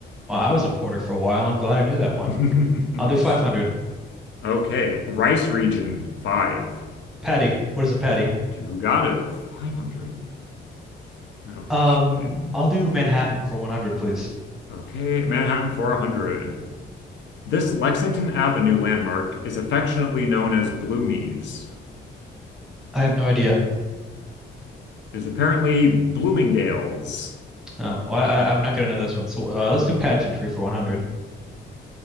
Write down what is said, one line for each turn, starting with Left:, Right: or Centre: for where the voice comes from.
Centre: Well, I was a porter for a while. I'm glad I knew that one.
Left: <laughs>
Centre: I'll do 500.
Left: Okay, rice region, five.
Centre: Patty. What is a patty?
Left: You got it, 500. Okay.
Centre: Um, I'll do Manhattan for 100, please.
Left: Okay, Manhattan, 400. This Lexington Avenue landmark is affectionately known as Bloomies.
Centre: I have no idea.
Left: It is apparently Bloomingdale's.
Centre: Oh, well, I, I- I'm not gonna know this one. So uh, let's do pageantry for 100.